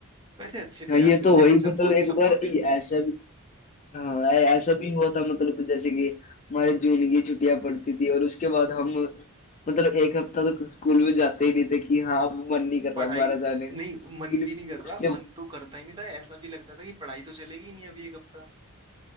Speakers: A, on the right; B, on the left.
A: वैसे अच्छे
B: हाँ
A: थे
B: ये
A: यार प्रिंसिपल
B: तो वही मतलब
A: सर बहुत
B: एक
A: सपोर्टिव
B: बार ये
A: थे
B: ऐसा भी हाँ ऐ- ऐसा भी हुआ था मतलब जैसे कि हमारे जून की छुट्टियां पड़ती थी और उसके बाद हम मतलब एक हफ्ता तो स्कूल में जाते ही नहीं थे कि हाँ अब मन नहीं कर रहा
A: पढ़ाई
B: हमारा जाने का
A: नहीं
B: लेकिन
A: मन भी नहीं कर
B: उसके
A: रहा मन तो करता ही नहीं था ऐसा भी लगता था कि पढ़ाई तो चलेगी ही नहीं अभी एक हफ्ता